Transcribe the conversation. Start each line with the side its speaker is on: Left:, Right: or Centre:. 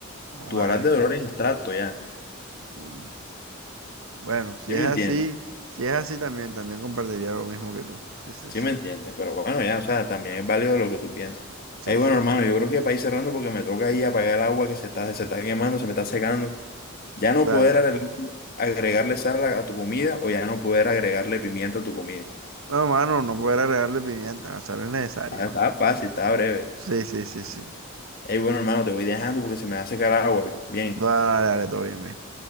Right: Oh,
Left: Tú
Right: Ah,
Left: hablas
Right: es
Left: de dolor
Right: que,
Left: en abstracto ya.
Right: mm, bueno, si
Left: ¿Sí
Right: es
Left: me
Right: así,
Left: entiendes?
Right: si es así también, también compartiría lo mismo que tú. Sí, sí,
Left: Sí
Right: sí,
Left: me entiendes, pero bueno, ya, o sea, también es válido lo que tú piensas.
Right: sí,
Left: ahí bueno,
Right: sí,
Left: hermano, yo creo que para ir cerrando porque me toca ahí apagar el agua que se está, se está quemando, se me está secando. Ya no
Right: dale.
Left: poder arregl- agregarle sal a a tu comida o ya no poder agregarle pimienta a tu comida.
Right: No, mano, no poder agregarle pimienta, la sal es necesaria,
Left: Ah,
Right: mano.
Left: Está fácil, está breve.
Right: Sí, sí, sí, sí.
Left: Ey, bueno, hermano, te voy dejando porque se me va a secar el agua. Bien.
Right: Dale, dale, dale, todo bien, bien.